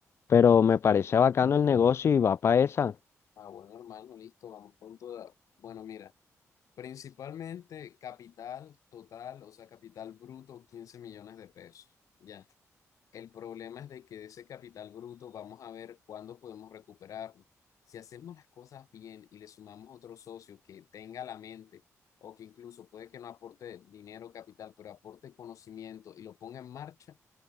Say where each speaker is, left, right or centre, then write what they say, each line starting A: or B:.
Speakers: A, on the left; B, on the left.
A: pero me parece bacano el negocio y va para esa.
B: Ah, bueno, hermano, listo, vamos con toda. Bueno, mira, principalmente capital total, o sea, capital bruto, 15 millones de pesos. Ya. El problema es de que de ese capital bruto vamos a ver cuándo podemos recuperarlo. Si hacemos las cosas bien y le sumamos otro socio que tenga la mente o que incluso puede que no aporte dinero capital, pero aporte conocimiento y lo ponga en marcha,